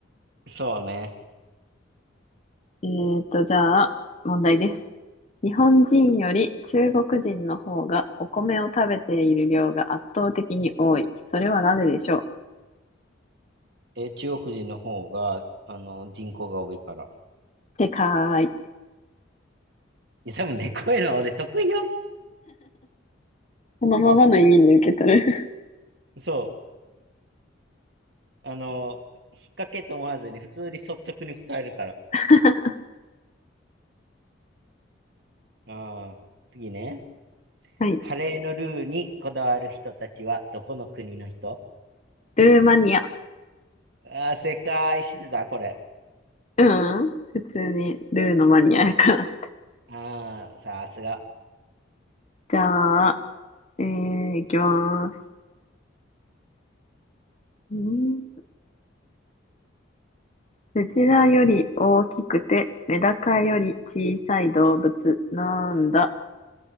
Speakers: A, on the right; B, on the left.
A: <laughs> そうね。
B: えーと、じゃあ、問題です。日本人より中国人の方がお米を食べている量が圧倒的に多い。それはなぜでしょう
A: え中国人の方が、あの、人口が多いから。
B: てかーい。
A: いや、多分ね、こういうの俺得意よ。
B: このままの意味で受け取る。
A: そう。あの、引っ掛けと思わずに、普通に率直に答えるから。
B: <laughs>
A: ああ、次ね。
B: はい。
A: カレーのルーにこだわる人たちは、どこの国の人
B: ルーマニア。
A: ああー、正解知ってた、これ。
B: うん。普通にルーのマニアやから。
A: ああ、さすが。
B: じゃあ、えー、いきます。うんクジラより大きくて、メダカより小さい動物なんだ。